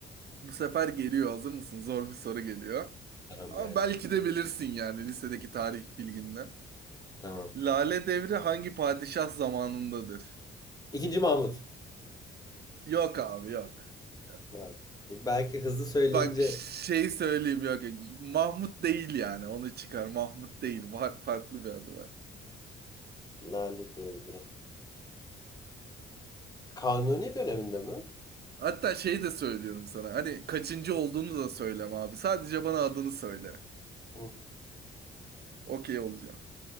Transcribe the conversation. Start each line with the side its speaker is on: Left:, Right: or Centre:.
Right: Bu sefer geliyor. Hazır mısın? Zor bir soru geliyor.
Left: Tamam
Right: Ama
Left: gelsin.
Right: belki de bilirsin yani lisedeki tarih bilginle.
Left: Tamam.
Right: Lale Devri hangi padişah zamanındadır?
Left: İkinci Mahmut.
Right: Yok abi yok. Yok.
Left: Bak. Belki hızlı söyleyince
Right: Bak şey söyleyeyim yok. yok. Mahmut değil yani onu çıkar. Mahmut değil. Var, farklı bir adı var.
Left: Lale Devri. Kanuni döneminde mi?
Right: Hatta şey de söylüyorum sana. Hani kaçıncı olduğunu da söyleme abi. Sadece bana adını söyle.
Left: Hı,
Right: Okey olacağım.